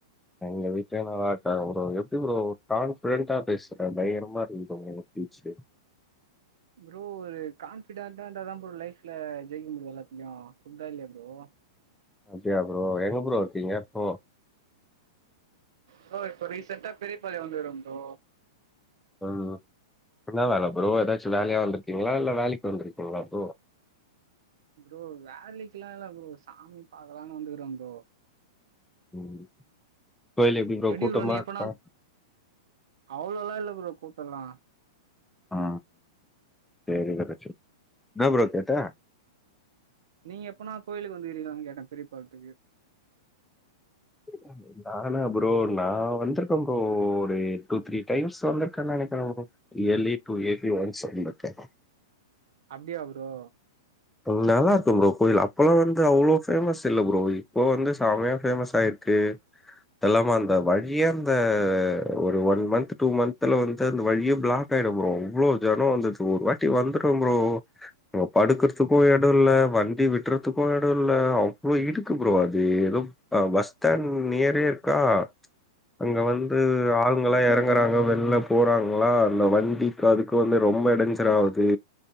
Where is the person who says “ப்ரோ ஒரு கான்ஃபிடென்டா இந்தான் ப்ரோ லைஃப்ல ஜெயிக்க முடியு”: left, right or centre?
Right